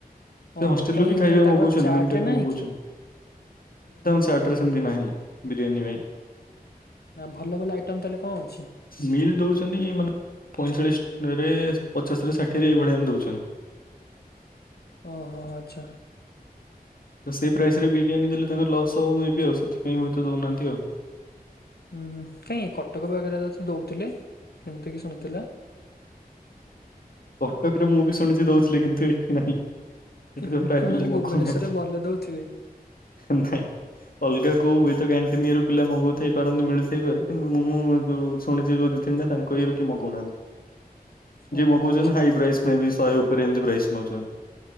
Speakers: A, on the left (about 65°); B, on the left (about 85°).
A: ସେ
B: ଓହୋ
A: ହଷ୍ଟେଲ
B: କାହିଁ
A: ରୁ ବି
B: ଏମିତି
A: ଖାଇବା
B: ତାଙ୍କର
A: ମଗଉଚନ୍ତି
B: ଚାର୍ଟରେ
A: ମିଲ ଟାଇପର୍
B: ନାହିଁ
A: ମଗୁଚନ୍ତି।
B: କି?
A: ଚାର୍ଟ ରେ ସେମିତି ନାହିଁ ବିରିୟାନୀ ପାଇଁ।
B: ନା ଭଲ ଭଲ ଆଇଟମ୍ ତାହେଲେ କଣ? ଅଛି?
A: ମିଲ୍ ଦଉଚନ୍ତି ମାନେ ପଇଁଚାଳିଶ ରେ ପଚାଶରେ ଷାଠିଏ ରେ ଏଇ ଭଳିଆ ଏମ ଦଉଚନ୍ତି।
B: ଓ ହୋ ଆଚ୍ଛା ।
A: ତ ସେ ପ୍ରାଇସରେ ବିରିୟାନୀ ଦେଲେ ତାଙ୍କର ଲସ୍ ହଉ ମେ ବି ଆଉ ସେଥିପାଇଁ ହୁଏତ ଦଉନାହାନ୍ତି ଆଉ ।
B: ହୁଁ ହୁଁ କାଇଁ କଟକ ପାଖରେ ତ ଦଉଥିଲେ ସେମିତି କିଛି ନଥିଲା।
A: ତା ପାଖରେ ମୁଁ ବି ଶୁଣିଛି ଦଉଥିଲେ କିନ୍ତୁ ଏଠି ନାହିଁ ଏଥିରେ
B: ମୁଁ
A: ପୁରା
B: କହିଲି
A: ପିଲା ଲୋକନାହାନ୍ତି
B: ଭୁବନେଶ୍ଵରରେ ଭଲ ଦଉଥିବେ
A: । ନାହିଁ। ଅଲଗା କୋଉ ହୁଏତ କ୍ୟାଣ୍ଟିଁ ଇୟେ ରୁ ପିଲା ମଗଉଥାଇ ପାରନ୍ତି ମିଳିଥାଇ ପାରେ କିନ୍ତୁ ମୁଁ ଯୋଉ ଶୁଣିଛି ଯୋଉ ଦି ତିନି ଟା ତାଙ୍କ ଇୟେ ରୁ କିଏ ମଗଉନାହାନ୍ତି । ଯିଏ
B: ଓହୋ
A: ମଗଉଛନ୍ତି
B: ଆଚ୍ଛା।
A: ହାଇ ପ୍ରାଇସ ମେ ବି ଶହେ ଉପରେ ଏମିତି ପ୍ରାଇସ ନଉଛନ୍ତି ।